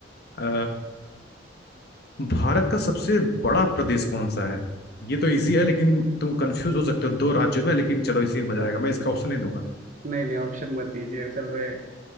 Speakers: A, on the left (about 60°); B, on the right (about 45°).
A: अ, भारत का सबसे बड़ा प्रदेश कौन सा है ये तो इजी है लेकिन तुम कंफ्यूज हो सकते हो दो राज्यों में लेकिन चलो इसी में मजा आएगा मैं इसका ऑप्शन नहीं दूंगा
B: नहीं नहीं ऑप्शन मत दीजिए असल में